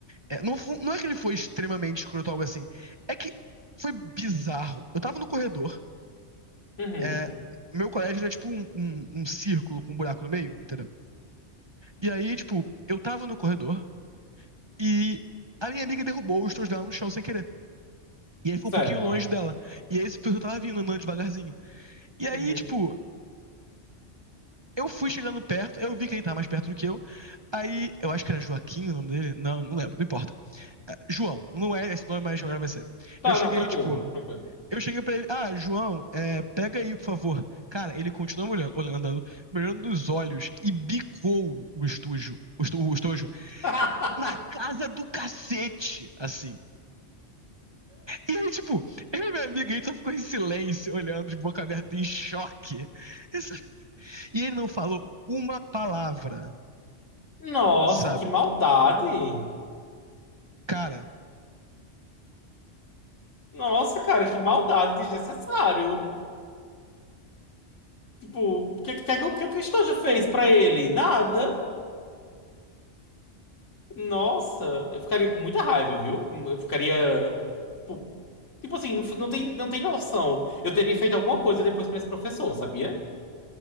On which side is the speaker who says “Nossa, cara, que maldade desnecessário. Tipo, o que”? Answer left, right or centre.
Left